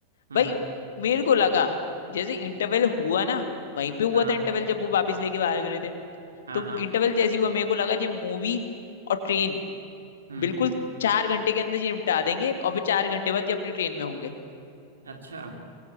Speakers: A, on the right (about 70°); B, on the left (about 60°).
A: हम्म
B: भाई मेरे को लगा जैसे इंटरवल हुआ ना वहीं पे हुआ
A: हाँ
B: था इंटरवल जब वो वापस लेके बाहर गए थे
A: हाँ
B: तो
A: हाँ
B: इंटरवल जैसी हुआ मेरे को लगा ये मूवी और ट्रेन
A: हम्म
B: बिल्कुल चार घंटे के अंदर ये निपटा देंगे और फिर चार घंटे बाद ये अपनी ट्रेन में होंगे
A: अच्छा